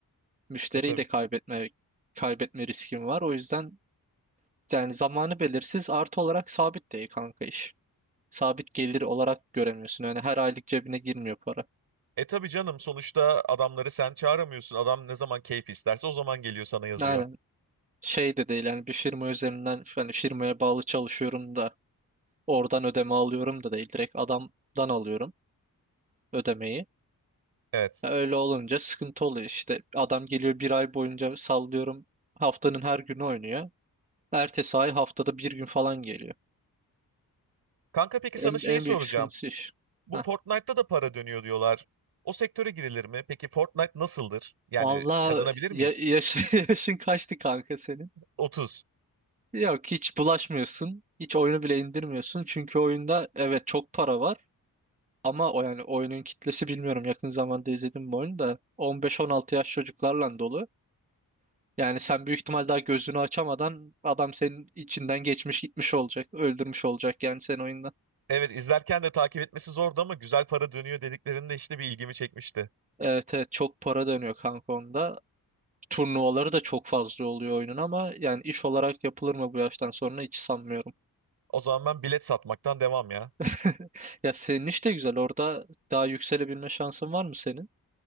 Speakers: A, on the right; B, on the right.
A: Müşteriyi
B: E tabii.
A: de kaybetme kaybetme riskim var. O yüzden yani zamanı belirsiz artı olarak sabit değil kanka iş. Sabit gelir olarak göremiyorsun. Yani her aylık cebine girmiyor para.
B: E tabii canım sonuçta adamları sen çağıramıyorsun. Adam ne zaman keyfi isterse o zaman geliyor sana yazıyor.
A: Aynen. Şey de değil yani bir firma üzerinden hani firmaya bağlı çalışıyorum da oradan ödeme alıyorum da değil. Direkt adamdan alıyorum ödemeyi.
B: Evet.
A: Ya Öyle olunca sıkıntı oluyor işte. Adam geliyor bir ay boyunca sallıyorum haftanın her günü oynuyor. Ertesi ay haftada bir gün falan geliyor.
B: Kanka peki
A: En,
B: sana şeyi
A: en
B: soracağım.
A: büyük sıkıntısı iş.
B: Bu
A: Heh.
B: Fortnite'ta da para dönüyor diyorlar. O sektöre girilir mi? Peki Fortnite nasıldır? Yani
A: Vallahi
B: kazanabilir miyiz?
A: ya- yaş- <laughs> yaşın kaçtı kanka senin?
B: 30.
A: Yok hiç bulaşmıyorsun. Hiç oyunu bile indirmiyorsun. Çünkü oyunda evet çok para var. Ama o yani oyunun kitlesi bilmiyorum yakın zamanda izledim bu oyunu da 15-16 yaş çocuklarla dolu. Yani sen büyük ihtimal daha gözünü açamadan adam senin içinden geçmiş gitmiş olacak. Öldürmüş olacak yani sen oyunda.
B: Evet izlerken de takip etmesi zordu ama güzel para dönüyor dediklerinde işte bir ilgimi çekmişti.
A: Evet evet çok para dönüyor kanka onda. Turnuvaları da çok fazla oluyor oyunun ama yani iş olarak yapılır mı bu yaştan sonra hiç sanmıyorum.
B: O zaman ben bilet satmaktan devam ya.
A: <laughs> Ya senin iş de güzel. Orada daha yükselebilme şansın var mı senin?